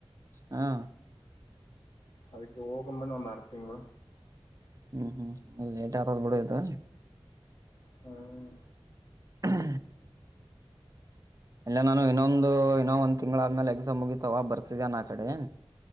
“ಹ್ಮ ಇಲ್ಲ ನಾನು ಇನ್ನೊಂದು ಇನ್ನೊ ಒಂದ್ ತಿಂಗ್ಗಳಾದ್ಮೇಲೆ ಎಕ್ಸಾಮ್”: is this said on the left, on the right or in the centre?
Right